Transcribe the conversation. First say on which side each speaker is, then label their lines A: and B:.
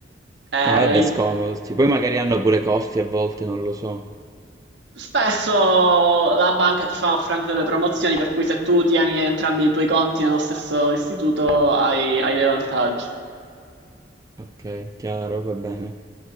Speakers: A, on the right; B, on the right.
A: Eh,
B: Ah, vabbè, scomodo, sì. Poi magari hanno pure costi a volte, non lo so.
A: spesso la banca ti fa offrire anche delle promozioni, per cui se tu tieni entrambi i tuoi conti nello stesso istituto, hai hai dei vantaggi.
B: Ok, chiaro, va bene.